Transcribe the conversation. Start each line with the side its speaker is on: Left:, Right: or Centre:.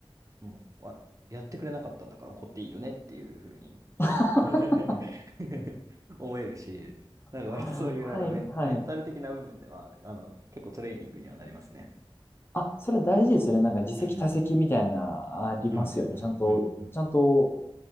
Right: もう、わやってくれなかったんだから怒っていいよねっていうふうに
Left: <laughs>
Right: <laughs> 思えるし、なんか割とそういうなんかメン、
Left: はいはい。
Right: メンタル的な部分では、あの、結構トレーニングにはなりますね。
Left: あ、それ大事ですよね。なんか自責他責みたいな、
Right: うんうん
Left: ありますよね。
Right: うん、うん、
Left: ちゃんと、
Right: うん、うん。うん
Left: ちゃんと、